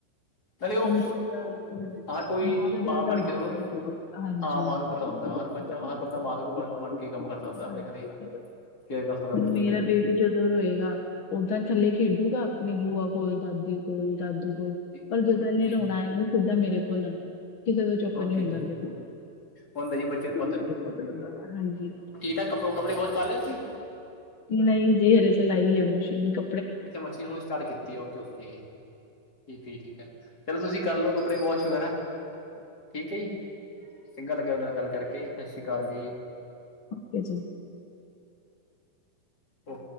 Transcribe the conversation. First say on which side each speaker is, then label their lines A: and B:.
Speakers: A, on the left; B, on the left.
A: ਨਾਲੇ ਉਹ
B: ਮਾਂ ਦਾ,
A: ਹਰ ਕੋਈ
B: ਮਾਂ ਦਾ ਦਿਲ
A: ਬਣ
B: ਤਾ ਮਾਂ
A: ਕੇ ਥੋੜ੍ਹਾ
B: ਦਾ ਹੀ ਹੁੰਦਾ। ਹਾਂਜੀ।
A: ਹਾਂ ਮਾਂ ਨੂੰ
B: <unintelligible>
A: ਪਤਾ ਹੁੰਦਾ ਵਾ ਹਰ ਬੱਚਾ ਹਰ ਬੰਦਾ ਮਾਂ ਤੋਂ ਬਣ ਬਣ ਕੇ ਕੰਮ ਕਰ ਸਕਦਾ ਆਪਣੇ ਘਰੇ ਕੇਅਰ ਕਰ ਸਕਦਾ ਬੱਚੇ
B: <unintelligible> ਮੇਰਾ
A: ਦੀ
B: ਬੇਬੀ ਜਦੋਂ ਰੋਏਗਾ, ਓਦਾਂ ਥੱਲੇ ਖੇਡੂਗਾ ਆਪਣੀ ਬੂਆ ਕੋਲ, ਦਾਦੀ ਕੋਲ, ਦਾਦੂ ਕੋਲ
A: ਜੀ
B: ਪਰ ਜਦੋਂ ਇਨੇ
A: ਜੀ
B: ਰੋਣੈ
A: ਜੀ
B: ਇਹਨੇ ਸਿੱਧਾ ਮੇਰੇ ਕੋਲ ਆਣੈ। ਕਿਸੇ ਤੋਂ ਚੁੱਪ
A: ਓਕੇ
B: ਨੀ ਹੁੰਦਾ
A: ਜੀ
B: ਫਿਰ
A: ਹੁੰਦਾ ਜੀ ਬੱਚੇ
B: <unintelligible>
A: ਨੂੰ
B: ਹਾਂਜੀ।
A: ਤਹ ਕੱਪੜੋ, ਕੱਪੜੇ ਵਾਸ਼ ਕਰ ਲਏ ਤੁਸੀਂ
B: ਨਹੀਂ ਜੀ ਹਜੇ ਤੇ ਲਾਈ ਆ ਮਸ਼ੀਨ ਕ
A: ਅੱਛਾ, ਮਸੀ਼ਨ ਹੁਣ ਸਟਾਰਟ ਕੀਤੀ ਓਕੇ, ਓਕੇ। ਠੀਕ ਹੈ ਜੀ, ਠੀਕ ਹੈ ਚਲੋ ਤੁਸੀਂ ਕਰ ਲਉ ਕੱਪੜੇ ਵੋਸ਼ ਵਗੈਰਾ ਠੀਕ ਹੈ ਜੀ। ਚੰਗਾ ਲੱਗਿਆ ਤੁਹਾਡੇ ਨਾਲ ਗੱਲ ਕਰਕੇ 'ਸਤਿ ਸ਼੍ਰੀ ਅਕਾਲ' ਜੀ।
B: ਓਕੇ ਜੀ।
A: ਉਹ